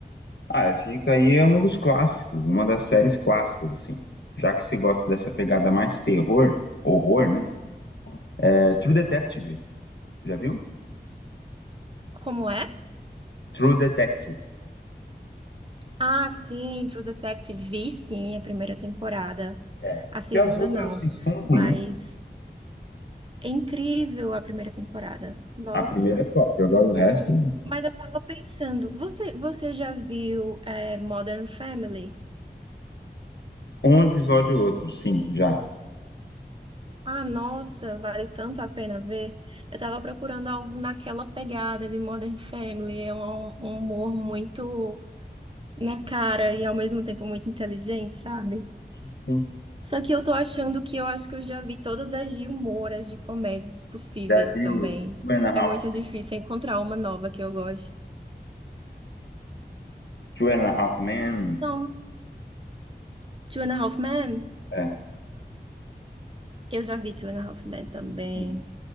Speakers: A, on the left; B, on the right.
A: Ah, dica aí é um dos clássicos, uma das séries clássicas, assim. Já que você gosta dessa pegada mais terror, horror, né? É True Detective, já viu?
B: Como é?
A: True Detective.
B: Ah, sim, True Detective vi sim a primeira temporada.
A: É.
B: A segunda
A: E as outras,
B: não.
A: assim, são
B: Mas
A: ruins, né?
B: é incrível a primeira temporada. Nossa.
A: A primeira é top, agora o resto,
B: Mas eu tava pensando, você, você já viu eh, Modern Family?
A: um episódio ou outro, sim, já.
B: Ah, nossa, vale tanto a pena ver. Eu tava procurando algo naquela pegada de Modern Family. É um, um humor muito na cara e ao mesmo tempo muito inteligente, sabe?
A: Sim.
B: Só que eu tô achando que eu acho que eu já vi todas as de humor, as de comédias possíveis
A: Já viu
B: também.
A: Two and a Half,
B: É muito difícil encontrar uma nova que eu goste.
A: Two and a Half Men?
B: Não, Two and a Half Men,
A: É,
B: eu já vi Two and a Half Men também.
A: sim,